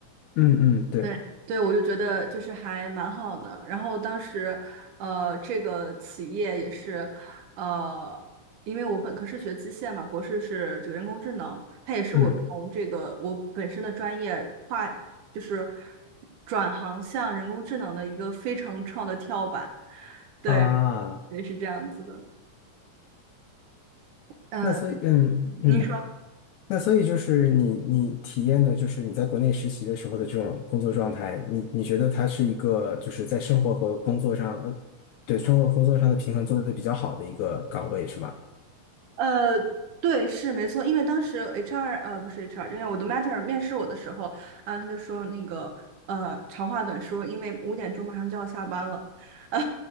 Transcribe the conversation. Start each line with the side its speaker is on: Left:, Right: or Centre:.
Left: 嗯嗯，对，
Right: 对对，我就觉得就是还蛮好的。然后当时，呃，这个企业也是，呃，因为我本科是学机械嘛，博士是这个人工智能，它也是我从这个我本身的专业跨，
Left: 嗯
Right: 就是转行向人工智能的一个非常创的跳板。对，
Left: 啊，
Right: 也是这样子的。呃，
Left: 那所以嗯嗯。
Right: 你说。
Left: 那所以就是你你体验的，就是你在国内实习的时候的这种工作状态，你你觉得它是一个就是在生活和工作上，呃对生活和工作上的平衡做得比较好的一个岗位是吗？
Right: 呃，对，是没错，因为当时 HR 呃不是 HR，就是我的 matter 面试我的时候，啊，他就说那个呃长话短说，因为五点钟马上就要下班了，<laughs> 啊，